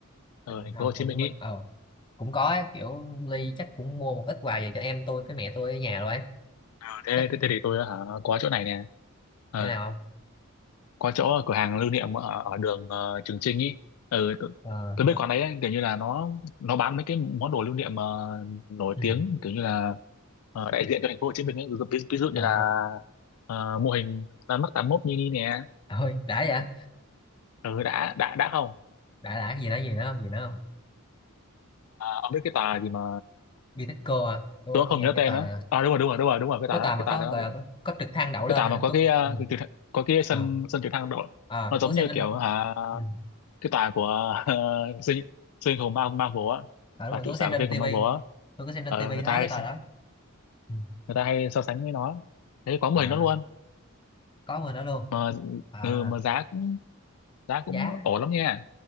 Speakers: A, on the left; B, on the left.
A: ờ,
B: thành
A: ở thành
B: hồi
A: phố Hồ
B: hồi
A: Chí Minh
B: với mình
A: ý
B: ờ cũng có ấy, kiểu Ly chắc cũng mua một ít quà về cho em tôi với mẹ tôi ở nhà rồi ấy
A: Ờ, thế,
B: chắc
A: thế thế thì tôi hả có chỗ này nè ờ,
B: chỗ nào không
A: có chỗ ở cửa hàng lưu niệm ở, ở đường ờ, Trường Chinh ý ừ, tôi,
B: Ờ,
A: tôi biết quán đấy ấy, kiểu như là nó nó bán mấy cái món đồ lưu niệm ờ, nổi
B: ừ.
A: tiếng kiểu như là ờ, đại diện cho thành phố Hồ Chí Minh ấy. Ví, ví dụ
B: Ờ,
A: như là ờ, mô hình ra mắt tám mốt mini nè
B: thôi đã vậy đã
A: ừ, đã đã đã không
B: đã cái gì nữa gì nữa không gì nữa không
A: ông biết cái tà gì mà
B: Bitexco à tôi
A: tôi
B: có nghe
A: không nhớ
B: cái
A: tên
B: tòa
A: đó à đúng rồi đúng rồi đúng rồi đúng rồi cái
B: có
A: tà
B: tòa
A: đó
B: mà
A: cái
B: có
A: tà đó
B: gọi là có, có trực thăng đậu lên
A: cái tà
B: à
A: mà có
B: tôi
A: cái à,
B: ừ.
A: cái, cái có cái sân
B: Ờ,
A: sân trực thăng đội
B: ờ,
A: nó
B: tôi
A: giống
B: có xem
A: như
B: trên
A: kiểu hả
B: ừ.
A: cái tà của uh, siêu siêu anh <laughs> hùng Mar- Marvel á
B: à, đúng
A: và
B: rồi
A: trụ
B: tôi có
A: sở
B: xem
A: của
B: trên
A: siêu anh
B: tivi
A: hùng Marvel á
B: tôi có xem trên
A: Ờ,
B: tivi
A: người
B: thấy
A: ta hay,
B: cái tòa đó ừ.
A: người ta hay so sánh với nó thế quá mười
B: à
A: nó luôn
B: có người đó luôn
A: mà
B: à
A: ừ, mà giá cũng giá cũng
B: giá
A: ổn lắm nha